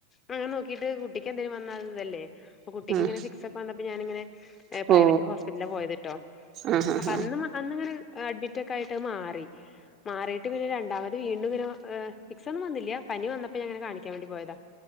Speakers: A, on the left; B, on the right.
A: അങ്ങനെ നോക്കിട്ട് കുട്ടിക്ക് എന്തെങ്കിലും വന്നാല് ഇതല്ലേ അപ്പൊ കുട്ടിക്ക്
B: ആഹ് ആഹ്
A: ഇങ്ങനെ ഫിക്സ് ഒക്കെ വന്നപ്പോ ഞാനിങ്ങനെ പ്രൈവറ്റ്
B: ഓ
A: ഹോസ്പിറ്റല പോയത്ട്ടോ
B: ആഹ് ആഹ്
A: അപ്പൊ അന്ന്
B: ആഹ്
A: അന്നിങ്ങനെ അഡ്മിറ്റ് ഒക്കെ ആയിട്ട് മാറി മാറിട്ട് പിന്നെ രണ്ടാമത് വീണ്ടും ഇങ്ങനെ ഫിക്സൊന്നും വന്നില്ല. പനി വന്നപ്പോ ഞങ്ങനെ കാണിക്കാൻ വേണ്ടി പോയതാ